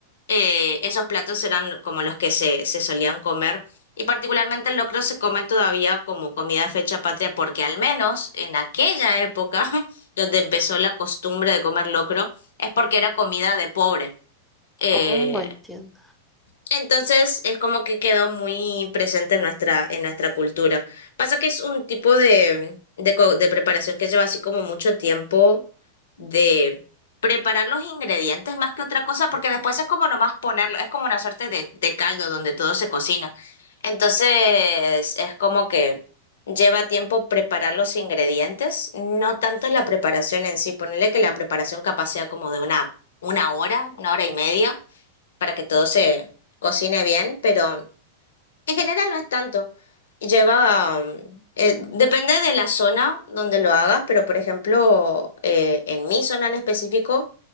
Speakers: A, on the left; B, in the centre.
A: eh, esos platos eran como los que se, se solían comer. Y particularmente el locro se come todavía como comida de fecha patria porque al menos en aquella época <laughs> donde empezó la costumbre de comer locro es porque era comida de pobre. Eh,
B: ok. Oh, entiendo.
A: entonces es como que quedó muy presente en nuestra, en nuestra cultura. Pasa que es un tipo de, de, co- de preparación que lleva así como mucho tiempo de preparar los ingredientes más que otra cosa, porque después es como nomás ponerlo, es como una suerte de, de caldo donde todo se cocina. Entonces es como que lleva tiempo preparar los ingredientes, no tanto la preparación en sí. Ponerle que la preparación capaz sea como de una, una hora, una hora y media para que todo se cocine bien, pero en general no es tanto. Lleva, mm, eh, depende de la zona donde lo hagas, pero por ejemplo, eh, en mi zona en específico,